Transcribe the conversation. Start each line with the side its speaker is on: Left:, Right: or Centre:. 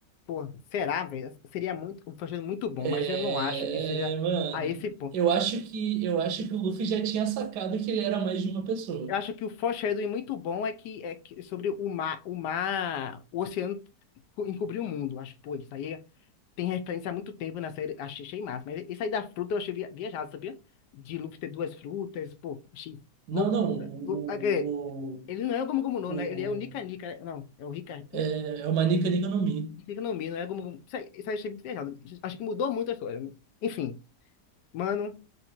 Left: pô, será, velho? Seria muito, um foreshadowing muito bom,
Right: É,
Left: mas eu não acho que esteja
Right: mano,
Left: a esse ponto.
Right: eu acho que eu acho que o Luffy já tinha sacado que ele era mais de uma pessoa.
Left: Eu acho que o foreshadowing muito bom é que é que sobre o mar, o mar, o oceano co- encobrir o mundo. Acho, pô, isso aí tem referência há muito tempo na série. Achei, achei massa. Mas isso aí da fruta eu achei via- viajado, sabia? De Luffy ter duas frutas, pô, achei
Right: Não,
Left: loucura.
Right: não, o,
Left: Lu- ah, quer
Right: o,
Left: Ele não é o Gomu Gomu no,
Right: o,
Left: né? Ele é o Nika
Right: o-
Left: Nika, né? não, é o Rika.
Right: é, é o Manika Ni no Mi.
Left: Economia, não é como. Isso aí, isso aí eu achei muito viajado. Acho que mudou muito a história, né? Enfim, mano,